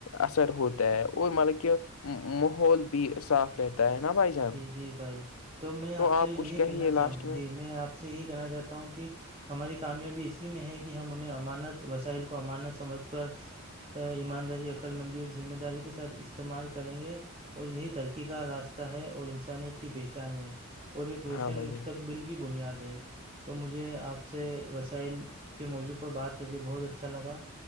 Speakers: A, on the left; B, on the right.
A: اثر ہوتا ہے اور مطلب کہ ماحول بھی صاف رہتا ہے نا بھائی جان
B: جی جی بھائی میں
A: تو آپ
B: سے یہی
A: کچھ کہیے
B: کہنا
A: لاسٹ
B: چاہوں جی میں آپ سے یہی کہنا چاہتا ہوں کہ ہماری کامیابی اسی میں ہے کہ ہم انہیں امانت وسائل کو امانت سمجھ کر ایمانداری عقللمندی اور ذمہ داری کے ساتھ استعمال کریں گے اور یہی ترکی کا راستہ ر ہے اور انسانیت کی پہچان ہے اور ایک روشن
A: ہاں بھائی
B: مستقبل
A: جان
B: کی بنیاد ہے تو مجھے آپ سے وسائل کے موضوع پر بات کر کے بہت اچھا لگا